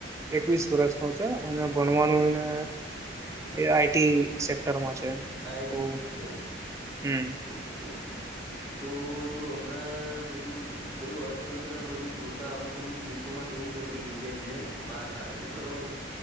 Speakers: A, on the right; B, in the centre.
A: એકવીસ વર્ષ ન છે અને ભણવાનુંને એ આઈટી સેક્ટરમાં છે
B: આઈટી
A: ઓ
B: સેક્ટર
A: હમ
B: ઓકે તો જો હમણાં બધું બધું અર્થતંત્રને બધું જોતા અમુક અમુક દેશોમાં તો એવું છે કે ભ ઈન્ડિયનને બહાર કાઢે છે બરોબર છે